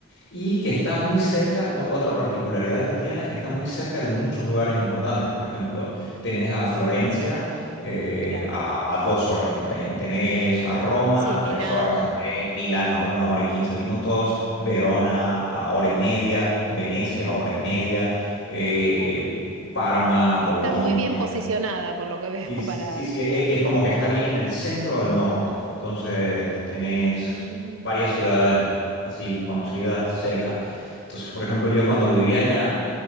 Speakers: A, on the left (about 65°); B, on the right (about 75°).
A: y que está muy cerca, o- otra particularidad que tiene es que está muy cerca de muchos lugares importantes. Por ejemplo, tenés a Florencia eh,
B: Claro.
A: a, a dos horas en tren, tenés a Roma
B: Sí,
A: a
B: Milán.
A: tres horas en tren, Milán a una hora y quince minutos, Verona a hora y media, Venecia a hora y media, eh,
B: Uf.
A: Parma, Boloña.
B: Está muy bien posicionada, por lo que veo,
A: Sí, sí,
B: <laughs> para...
A: sí, e- es como que está bien en el centro del norte. Entonces tenés
B: Mm,
A: varias ciudades así conocidas cerca. Entonces, por ejemplo, yo cuando vivía allá,